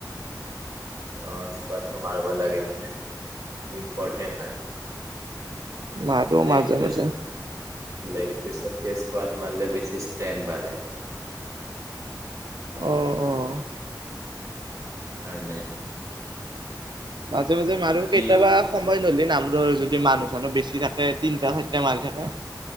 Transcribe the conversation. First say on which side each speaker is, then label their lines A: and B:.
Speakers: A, on the right; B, on the right.
A: অ স্কডটো মাৰব লাগে মানে। ইম্পৰ্টেণ্ট হয়।
B: মাৰো
A: লেগ
B: মাজে
A: প্ৰেছ
B: মাজে।
A: লেগ পিছতকে স্কোৱাড মাৰিলে বেছি ষ্ট্ৰেণ্ড বাঢ়ে।
B: অঁ অঁ
A: কাৰণে
B: মাজে মাজে মাৰো
A: বাকী
B: কেইয়াবা সময় ললে নামৰ যদি মানুহ চানুহ বেছি থাকে তিনটা ঠাইতে মাৰি থাকে